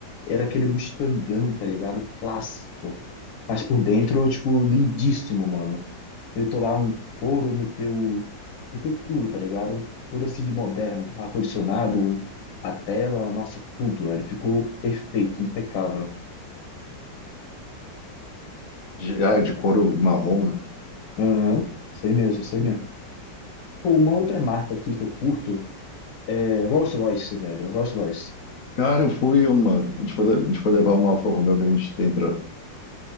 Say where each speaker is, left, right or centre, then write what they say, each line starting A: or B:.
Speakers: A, on the left; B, on the left.
A: era aquele Mustangão, tá ligado? Clássico. Mas por dentro, tipo, lindíssimo, mano. Eu tô lá um couro, meteu, meteu tudo, tá ligado? Tudo assim de moderno. Ar-condicionado, a tela, nossa, tudo, velho. Ficou perfeito, impecável.
B: De, ah, de couro marrom, né?
A: Aham, sei mesmo, sei mesmo. Pô, uma outra marca aqui que eu curto É, Rolls-Royce, velho, Rolls-Royce.
B: Cara, eu fui uma. A gente foi, le- a gente foi levar uma Alfa Romeo que a gente tem para